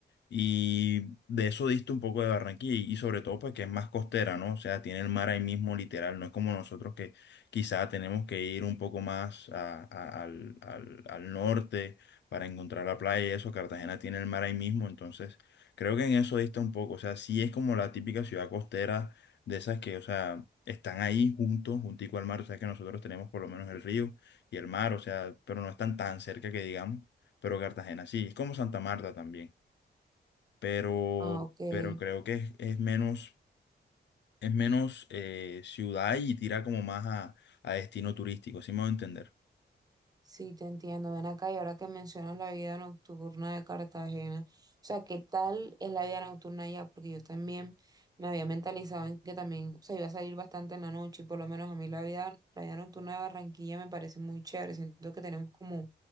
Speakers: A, on the left (about 80°); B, on the right (about 20°).
A: Y de eso diste un poco de Barranquilla y, y sobre todo pues que es más costera, ¿no? O sea, tiene el mar ahí mismo literal, no es como nosotros que quizá tenemos que ir un poco más a- a- al, al- al norte para encontrar la playa y eso, Cartagena tiene el mar ahí mismo, entonces creo que en eso dista un poco, o sea, sí es como la típica ciudad costera de esas que, o sea, están ahí juntos, juntico al mar, o sea que nosotros tenemos por lo menos el río y el mar, o sea, pero no están tan cerca que digamos, pero Cartagena sí, es como Santa Marta también pero,
B: Ah, ok.
A: pero creo que es, es menos, es menos eh, ciudad y tira como más a, a destino turístico, si me voy a entender.
B: Sí, te entiendo. Ven acá y ahora que mencionas la vida nocturna de Cartagena, o sea, ¿qué tal es la vida nocturna allá? Porque yo también me había mentalizado en que también, o sea, iba a salir bastante en la noche y por lo menos a mí la vida, la vida nocturna de Barranquilla me parece muy chévere. Siento que tenemos como